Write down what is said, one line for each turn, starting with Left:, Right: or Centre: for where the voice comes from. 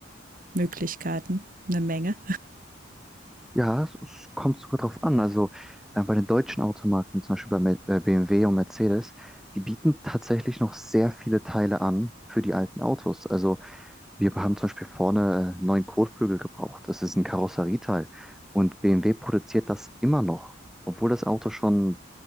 Right: Möglichkeiten, eine Menge.
Centre: Ja, es, es kommt sogar drauf an. Also äh, bei den deutschen Automarken, zum Beispiel bei Me- äh, BMW und Mercedes, die bieten tatsächlich noch sehr viele Teile an für die alten Autos. Also wir haben zum Beispiel vorne äh, neuen Kotflügel gebraucht. Das ist ein Karosserieteil. Und BMW produziert das immer noch, obwohl das Auto schon